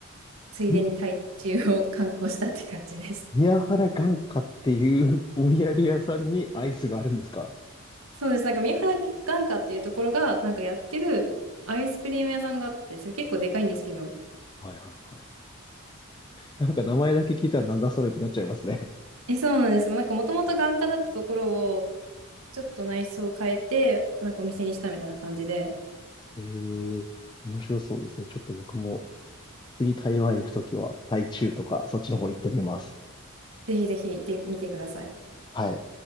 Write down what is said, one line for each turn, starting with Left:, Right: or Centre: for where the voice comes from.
Right: ついでに台中を観光したって感じです。
Left: <laughs> ん宮原眼科っていう <laughs> お土産屋さんにアイスがあるんですか
Right: <laughs> そうです。なんか三原眼科っていうところが、なんかやってるアイスクリーム屋さんがあって、それ結構でかいんですけど。
Left: はいはいはい。なんか名前だけ聞いたらなんだそれってなっちゃいますね。
Right: え、そうなんです。なんかもともと眼科だったところを、ちょっと内装を変えて、なんかお店にしたみたいな感じで、
Left: <laughs> ええ面白そうですね。ちょっと僕も次台湾行くときは、台中とか、そっちの方行ってみます。
Right: ぜひぜひ行ってみてください。
Left: はい。